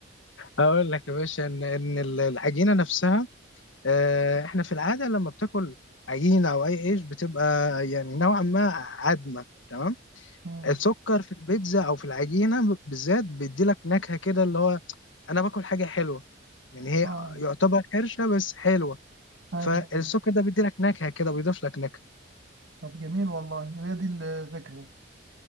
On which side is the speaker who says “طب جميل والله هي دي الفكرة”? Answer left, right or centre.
Right